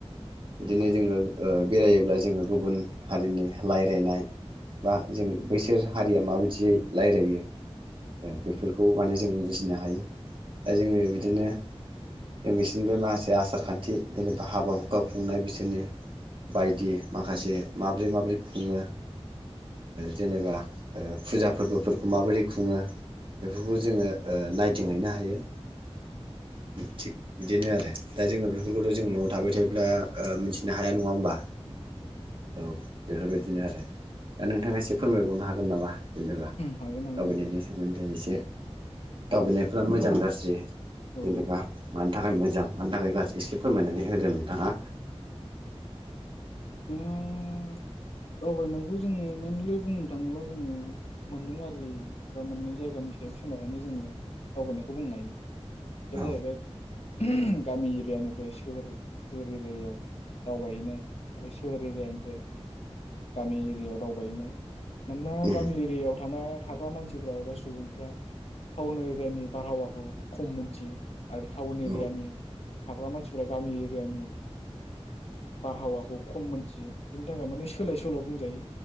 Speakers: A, on the right; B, on the left.
A: बिदिनो जोङो ओ बेरायोब्ला जोङो गुबुन हारिनि रायलायनाय बा जों बैसोर हारिया माबायदियै लायरायो बेफोरखौ माने जों बुजिनो हायो दा जोङो बिदिनो जों बिसोरनिबो माखासे आसार खान्थि जेनेबा हाबा हुखा खुंनाय बिसोरनि बायदि माखासे माबोरै माबोरै खुङो ओ जेनेबा ओ फुजा फोरबोफोर माबोरै खुङो बेफोरखौ जोङो ओ नायदिंहैनो हायो थिग बिदिनो आरो दा जोङो बेफोरखौथ' जों न' थाबाय थायोब्ला ओ मिथिनो हाया नङा होमबा।
B: औ नंगौ
A: औ बेफोरबायदिनो आरो दा नोंथाङा एसे फोरमायबावनो हागोन नामा? जेनेबा
B: हागोन
A: दावबायनायनि सोमोनदै एसे दावबायनायफ्रा मोजां गारज्रि
B: औ
A: जेनेबा मान थाखाय मोजां मानि थाखाय गाज्रि एसे फोरमायनानै होदो नोंथाङा।
B: उम दावबायनायखौ जोङो मइेनलि बुंनो थाङोबा जोङो मोननै आरि बा मोननै जायगानि सायाव सोनारनानै जोङो दावबायनायखौ बुंनो हायो मोनसेया
A: औ
B: जाहैबाय <unintelligible> गामि एरियानिफ्राय सोहोर सोहोर एरियायाव दावबायहैनाय आरो सोहोर एरियानिफ्राय गामि एरियायाव दावबायनो मानोना
A: उम
B: गामि एरियायाव थानाय थाग्रा मानसिफ्रा एबा सुबुंफ्रा टाउन एरियानि बारहावाखौ खम मोनथियो आरो टाउन एरियानि
A: औ
B: थाग्रा मानसिफ्रा गामि एरियानि बारहावाखौ खम मोनथियो बिनि थाखाय माने सो सोलाय सोल' बुंजायो